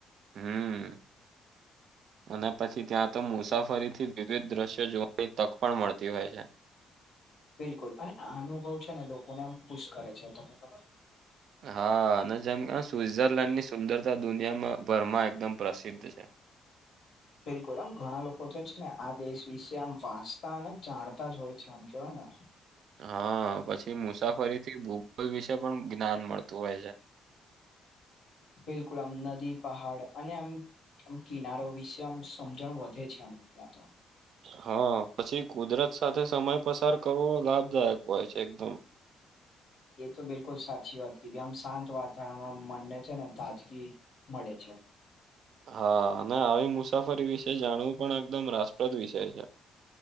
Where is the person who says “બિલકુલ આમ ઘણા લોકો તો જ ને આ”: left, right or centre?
Left